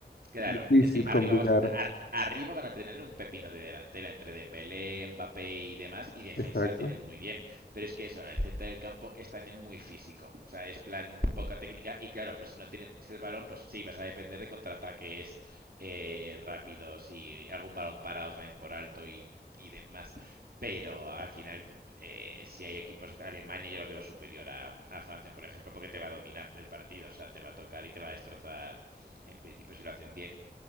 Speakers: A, on the right; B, on the left.
A: Claro,
B: difícil
A: es que arriba,
B: combinar.
A: vas- ar- arriba van a tener un pepino de delantera entre Dembélé, Mbappé y demás, y defensa
B: Exacto.
A: la tienen muy bien, pero es que eso, el centro del campo es también muy físico, o sea, es plan poca técnica y claro, pues si no tienes el balón, pues sí, vas a depender de contraataques eh, rápidos y algún balón parado también por alto y, y demás, pero al final eh, si hay equipos, Alemania yo lo veo superior a, a, Francia, por ejemplo, porque te va a dominar el partido, o sea, te va a tocar y te va a destrozar en principio si lo hacen bien.